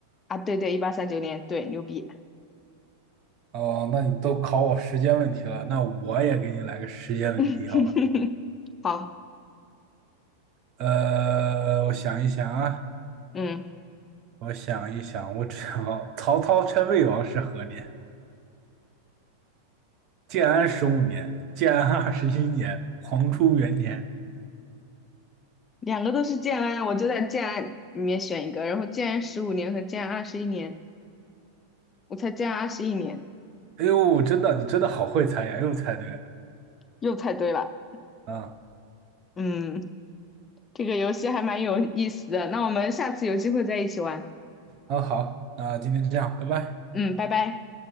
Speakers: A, on the left; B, on the right.
A: 啊，对对，一八三九年。对，牛逼。
B: 哦，那你都考我时间问题了，那我也给你来个时间问题，
A: <laughs>
B: 好吧？
A: 好，
B: 呃，我想一想啊，
A: 嗯。
B: 我想一想，我只要曹操称魏王是何年？建安十五年，建安二十一年，黄初元年。
A: 两个都是建安，我就在建安里面选一个，然后建安十五年和建安二十一年，我才建安二十一年，
B: 哎呦，真的，你真的好会猜呀，又猜对了。
A: 又猜对了。
B: 啊
A: 嗯，这个游戏还蛮有意思的，那我们下次有机会再一起玩。
B: 啊，好，那今天就这样，拜拜。
A: 嗯，拜拜。